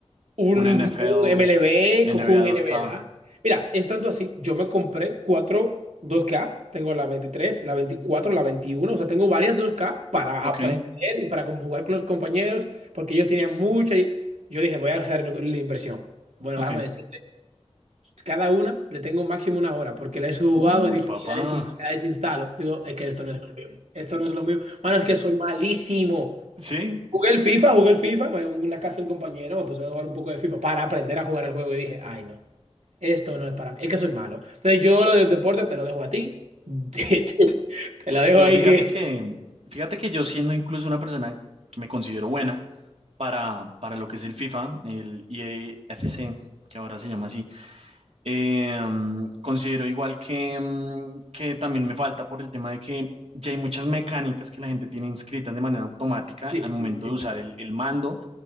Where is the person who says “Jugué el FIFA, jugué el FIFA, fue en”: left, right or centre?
Right